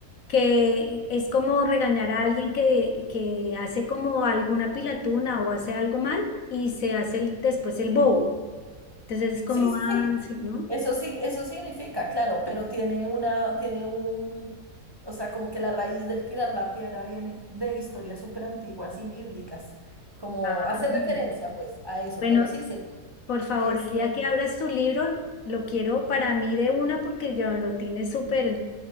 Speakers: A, on the left (about 65°); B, on the right (about 20°).
A: que es como regañar a alguien que, que hace como alguna pilatuna o hace algo mal y se hace el- después el bobo. Entonces es como,
B: Sí, sí,
A: ah,
B: sí.
A: sí, ¿no?
B: Eso sí, eso significa, claro, pero tiene una, tiene un, o sea, como que la raíz del tirar la piedra viene de historias súper antiguas y bíblicas, como
A: Ah,
B: hace referencia pues a eso,
A: bueno,
B: pero sí, se,
A: por favor,
B: se, se-
A: el día que abras tu libro, lo quiero para mí de una porque ya lo tienes súper,